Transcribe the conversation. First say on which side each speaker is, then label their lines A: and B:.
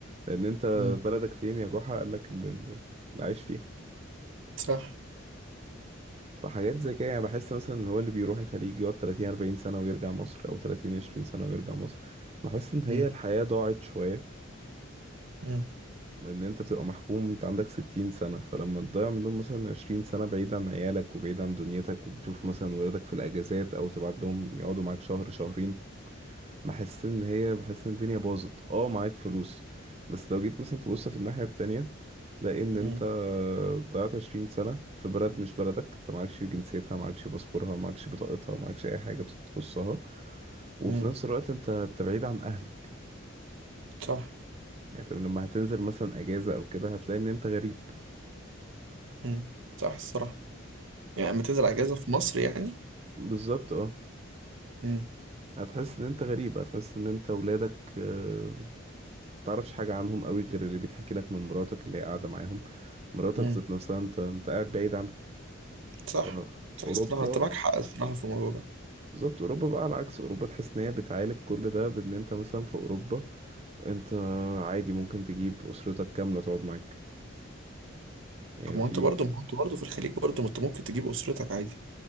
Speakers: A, on the right; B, on the right.
A: لان انت
B: مم.
A: بلدك فين يا جحا قال لك اللي عايش فيها
B: صح
A: فحاجات زي كده يعني بحس مثلا اللي هو اللي بيروح الخليج يقعد 30 40 سنة ويرجع مصر او 30 20 سنة ويرجع مصر بحس ان هي
B: مم.
A: الحياة ضاعت شوية
B: مم.
A: لان انت بتبقى محكوم انت عندك ستين سنة فلما تضيع منهم مثلا عشرين سنة بعيد عن عيالك وبعيد عن دنيتك وبتشوف مثلا ولادك في الاجازات او تبعت لهم يقعدوا معاك شهر شهرين بحس ان هي بحس ان الدنيا باظت اه معاك فلوس بس لو جيت مثلا تبص في الناحية التانية تلاقي ان انت
B: مم.
A: ضيعت عشرين سنة في بلد مش بلدك انت معكش جنسيتها معكش باسبورها معكش بطاقتها معكش اي حاجة تخصها وفي
B: مم.
A: نفس الوقت انت انت بعيد عن اهلك
B: صح
A: يعني فاهم؟ لما هتنزل مثلا اجازة او كده هتلاقي ان انت غريب
B: مم. صح الصراحة يعني لما تنزل اجازة في مصر يعني
A: بالظبط اه
B: مم.
A: هتحس ان انت غريب هتحس ان انت ولادك آه، متعرفش حاجة عنهم قوي غير اللي بيتحكي لك من مراتك اللي هي قاعدة معاهم مراتك
B: مم.
A: ذات نفسها انت انت قاعد بعيد عنها فأوروبا
B: صح صح الصراحة انت معاك حق الصراحة في الموضوع ده
A: بالظبط أوروبا بقى على العكس أوروبا تحس ان هي بتعالج كل ده بان انت مثلا في أوروبا انت عادي ممكن تجيب أسرتك كاملة تقعد معاك يعني
B: طب ما
A: في
B: انت برضه ما انت برضه في الخليج برضه ما انت ممكن تجيب اسرتك عادي